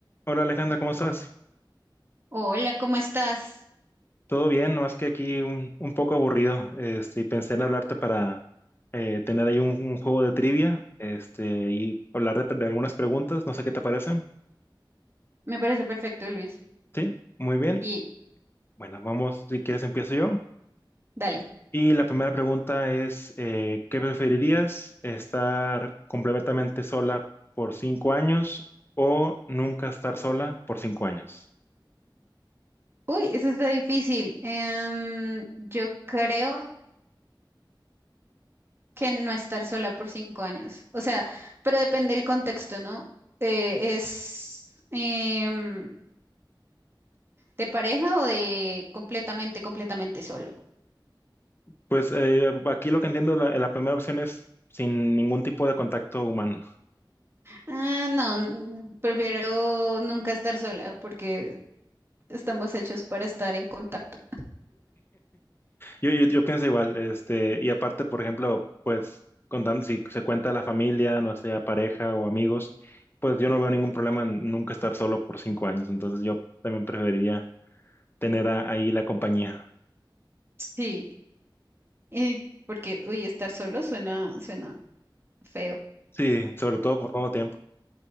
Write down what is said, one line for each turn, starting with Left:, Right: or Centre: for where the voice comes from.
Left: Hola Alejandra, ¿cómo estás?
Right: Hola, ¿cómo estás?
Left: Todo bien, nomás que aquí un, un poco aburrido. Este, y pensé en hablarte para eh, tener ahí un, un juego de trivia, este, y hablar de, de algunas preguntas. No sé qué te parecen.
Right: Me parece perfecto, Luis.
Left: Sí, muy bien.
Right: Y
Left: Bueno, vamos, si quieres empiezo yo.
Right: dale.
Left: Y la primera pregunta es, eh, ¿qué preferirías? ¿Estar completamente sola por cinco años o nunca estar sola por cinco años?
Right: Uy, eso está difícil. Em, yo creo que no estar sola por cinco años. O sea, pero depende del contexto, ¿no? Eh, ¿es em, de pareja o de completamente, completamente solo?
Left: Pues eh, aquí lo que entiendo, la la primera opción es sin ningún tipo de contacto humano.
Right: Ah, no, n- prefiero nunca estar sola porque estamos hechos para estar en contacto.
Left: Yo, yo, yo pienso igual, este, y aparte, por ejemplo, pues contando si se cuenta la familia, no sea pareja o amigos, pues yo no veo ningún problema en nunca estar solo por cinco años, entonces yo también preferiría tener a- ahí la compañía.
Right: Sí, y porque, uy, estar solo suena, suena feo.
Left: Sí, sobre todo por todo tiempo.